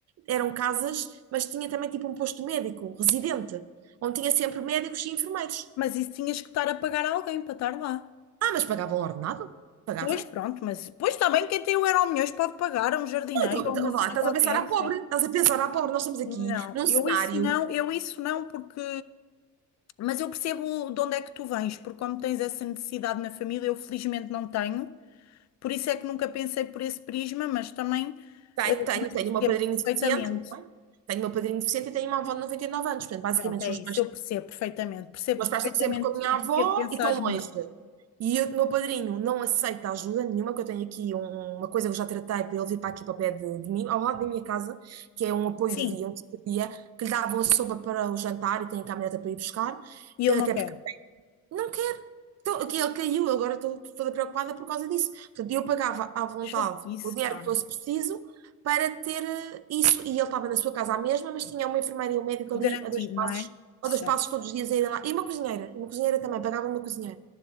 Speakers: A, on the right; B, on the left.
A: eram casas, mas tinha também tipo um posto médico, residente, onde tinha sempre médicos e enfermeiros.
B: Mas isso tinhas que estar a pagar a alguém para estar lá.
A: Ah, mas pagavam ordenado? Pagavam?
B: Pois pronto, mas pois está bem, quem tem o Euromilhões pode pagar a um jardineiro
A: Não, então,
B: ou
A: então,
B: a uma cena
A: vá, estás
B: qualquer,
A: a pensar à pobre,
B: certo?
A: estás a pensar à pobre, nós estamos aqui
B: Não,
A: num
B: eu
A: cenário,
B: isso não, eu isso não, porque. Mas eu percebo de onde é que tu vens, porque como tens essa necessidade na família, eu felizmente não tenho, por isso é que nunca pensei por esse prisma, mas também.
A: tenho,
B: eh,
A: tenho,
B: Mas
A: tenho
B: percebo
A: uma padrinha
B: perfeitamente.
A: deficiente, não é? tenho uma padrinha deficiente e tenho uma avó de 99 anos, portanto, basicamente,
B: Pronto, é
A: se fosse
B: isso,
A: mais
B: eu percebo perfeitamente. Percebo
A: Meus
B: perfeitamente
A: pais estão sempre com a minha
B: o
A: avó
B: porquê de pensares
A: e estão
B: nisso.
A: longe. E o meu padrinho não aceita ajuda nenhuma, que eu tenho aqui um- uma coisa que eu já tratei para ele vir para aqui para o pé de, de mim, ao lado da minha casa, que é um apoio
B: Sim,
A: de dia, um tipo de dia, que lhe davam a sopa para o jantar e tem a caminhoneta para ir buscar,
B: e eu
A: eh,
B: não
A: até
B: quero.
A: porque não quero. Tô- que Ele caiu, agora estou toda preocupada por causa disso. Portanto, eu pagava à vontade
B: Chatice,
A: o dinheiro
B: pá.
A: que fosse preciso para ter eh, isso. E ele estava na sua casa à mesma, mas tinha uma enfermeira e um médico
B: Tudo
A: ali
B: Garantido,
A: a dois
B: não
A: passos,
B: é? Certo.
A: a dois passos todos os dias a irem lá. E uma cozinheira, uma cozinheira também, pagava uma cozinheira.